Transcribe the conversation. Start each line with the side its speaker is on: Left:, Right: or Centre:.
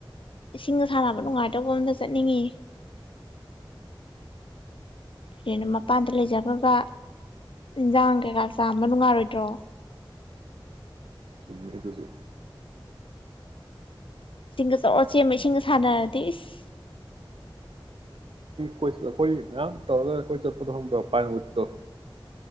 Left: ꯏꯁꯤꯡꯒ ꯁꯥꯟꯅꯕ ꯅꯨꯡꯉꯥꯏꯗꯧꯕ ꯑꯝꯗ ꯆꯠꯅꯤꯡꯉꯤ ꯇꯨꯔꯦꯅ ꯃꯄꯥꯟꯗ ꯂꯩꯖꯈ꯭ꯔꯒ ꯏꯟꯖꯥꯡ ꯀꯩꯀꯥ ꯆꯥꯝꯕ ꯅꯨꯡꯉꯥꯏꯔꯣꯏꯗ꯭ꯔꯣ
Right: ꯆꯨꯝꯃꯤ ꯑꯗꯨꯁꯨ
Left: ꯁꯤꯡꯒ ꯆꯣ ꯆꯦꯟꯕ ꯏꯁꯤꯡꯒ ꯁꯥꯟꯅꯗꯤꯁ
Right: ꯀꯣꯢ ꯑꯩꯈꯣꯏ ꯃꯌꯥꯝ ꯇꯧꯔꯒ ꯀꯣꯏ ꯆꯠꯄꯗꯣ ꯈꯪꯕ꯭ꯔ ꯄꯥꯏꯟꯋꯨꯠꯇꯣ